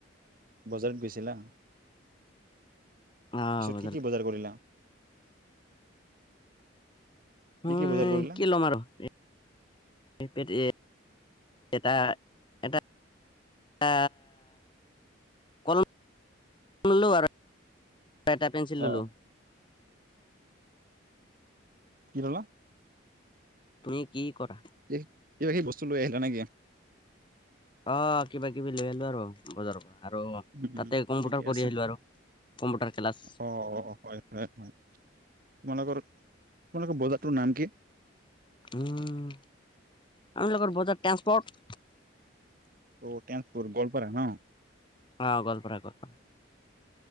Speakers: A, on the right; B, on the left.
A: বজাৰত গৈছিলা।
B: আহ
A: পিছত
B: বজাৰত
A: কি কি বজাৰ কৰিলা। কি
B: উম
A: কি বজাৰ কৰিলা
B: কি লম আৰু <unintelligible> এটা এটা এটা কলম ললোঁ আৰু। এটা পেঞ্চিল ললোঁ
A: অ কি ললা।
B: তুমি কি। কৰা।
A: কি কিবা কি সি বস্তু লৈ আহিলা নেকি?
B: অ কিবা কিবি লৈ আহিলোঁ আৰু বজাৰৰ পৰা। আৰু
A: উ
B: তাতে কম্পিউটাৰ
A: ঠিকে
B: কৰি
A: আছে
B: আহিলো আৰু কম্পিউটাৰ ক্লাছ
A: অ অ হয় হয় হয় তোমালোকৰ আপালোকৰ বজাৰটোৰ নাম কি?
B: উম আম লগৰ বজাৰ ট্ৰানসপৰ্ট।
A: অ ট্ৰানসপৰত, গোৱালপাৰা ন?
B: অ গোৱালপাৰা আগত।